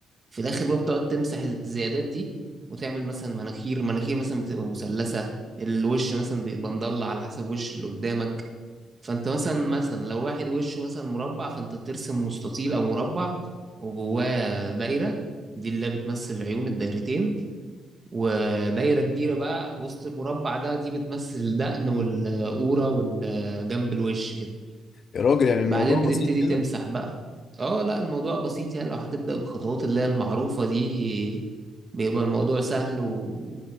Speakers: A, on the right; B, on the left.
A: في الاخر بقى بتقعد تمسح الزيادات دي وتعمل مثلا مناخير مناخير مثلا بتبقى مثلثه الوش مثلا بيبقى مضلع على حسب وش اللي قدامك فانت مثلا مثلا لو واحد وشه مثلا مربع فانت بترسم مستطيل او مربع وجواه دايره دي اللي بتمثل عيون الدايرتين ودايرة كبيرة بقى وسط المربع ده دي بتمثل الدقن والقورة والجنب الوش كده
B: يا راجل يعني الموضوع
A: بعدين بتبتدي
B: بسيط كده
A: تمسح بقى اه لا الموضوع بسيط يعني لو هتبدأ بخطوات اللي هي المعروفة دي بيبقى الموضوع سهل و...